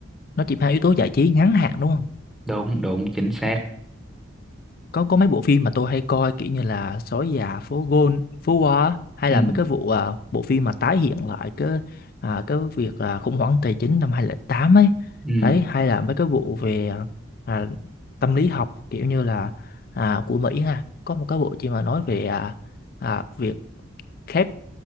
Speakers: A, on the left; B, in the centre.
A: nó chỉ mang yếu tố giải trí ngắn hạn đúng không
B: đúng đúng chính xác
A: có có mấy bộ phim mà tôi hay coi kiểu như là Sói già phố Gôn phố Hoa á, hay
B: ừ
A: là mấy cái vụ à, bộ phim mà tái hiện lại cái à, cái việc à, khủng hoảng tài chính năm 2008 ấy
B: ừ
A: đấy hay là mấy cái vụ về à, à, tâm lý học kiểu như là à, của Mỹ ha có một cái bộ phim mà nói về à, à, việc khép